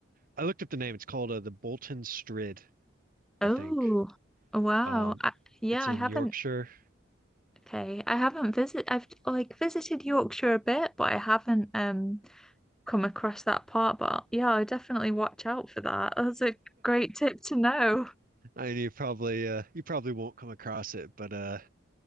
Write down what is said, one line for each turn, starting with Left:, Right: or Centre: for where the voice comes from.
Right: I looked up the name. It's called uh, the Bolton Strid,
Centre: Oh.
Right: I think.
Centre: Wow.
Right: Um,
Centre: I, yeah,
Right: it's
Centre: I
Right: in
Centre: haven't.
Right: Yorkshire.
Centre: Okay. I haven't visit I've like visited Yorkshire a bit, but I haven't um come across that part. But yeah, i definitely watch out for that. That's a great tip to know.
Right: I you probably uh, you probably won't come across it, but uh,